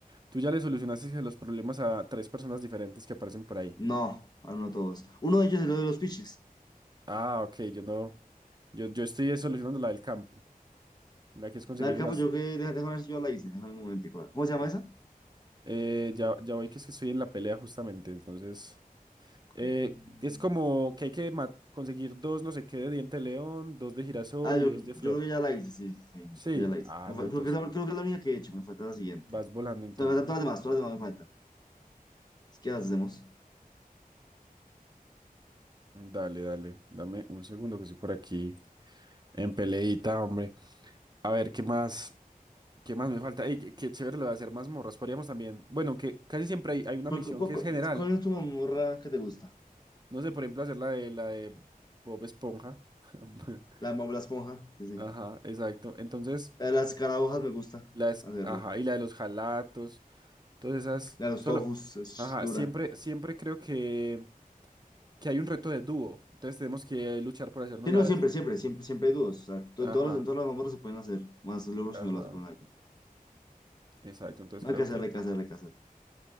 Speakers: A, on the right; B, on the left.
A: Tú ya le solucionaste los problemas a tres personas diferentes que aparecen por ahí.
B: No, aún no todos. Uno de ellos es lo de los pichis.
A: Ah, ok, yo no. Yo, yo estoy eh, solucionando la del campo. La que es conseguir
B: La del campo,
A: unas.
B: yo que, deja- déjame ver si yo la hice, déjame un momentico. ¿Cómo se llama
A: el-
B: esa?
A: eh, ya, ya voy que es que estoy en la pelea justamente, entonces. Eh,
B: Mm,
A: es como que hay que ma- conseguir dos, no sé qué, de diente de león, dos de girasol
B: Ah, yo,
A: y dos
B: yo
A: de flor.
B: creo que ya la hice, sí, sí, sí, yo
A: Sí,
B: creo que ya la hice.
A: ah,
B: Me fal-
A: no, entonces
B: creo que es la, creo que es la única que he hecho, me falta la siguiente.
A: vas
B: O
A: volando entonces.
B: sea, me faltan todas las demás, todas las demás me faltan. Así que las hacemos.
A: Mm, Dale, dale, dame un segundo que estoy por aquí en peleita, hombre. A ver, ¿qué más? ¿Qué más me falta? Ey, qué, qué chévere lo de hacer mazmorras. Podríamos también, bueno, que casi siempre hay, hay una
B: ¿Cuál,
A: misión
B: cu- cu-
A: que
B: cu-
A: es general.
B: cuál es tu mamorra que te gusta?
A: No sé, por ejemplo, hacer la de, la de Bob Esponja. <laughs>
B: La mamorra la esponja, sí, sí.
A: Ajá, exacto. Entonces,
B: La de las escarabajas me gusta
A: las,
B: hacerla.
A: ajá, y la de los jalatos. Entonces esas
B: La de los
A: solo,
B: tofus, es
A: ajá,
B: dura.
A: siempre, siempre creo que, que hay un reto de dúo. Entonces tenemos que luchar por hacernos
B: Sí,
A: las,
B: no, siempre, siempre, siempre, siempre hay dudas. O sea, to-
A: ajá,
B: en todas las, en todas las mazmorras se pueden hacer, más luego
A: ajá,
B: si no lo hace con alguien.
A: exacto. Entonces
B: No
A: creo
B: hay que hacerla,
A: que
B: hay que hacerla, hay que hacerla.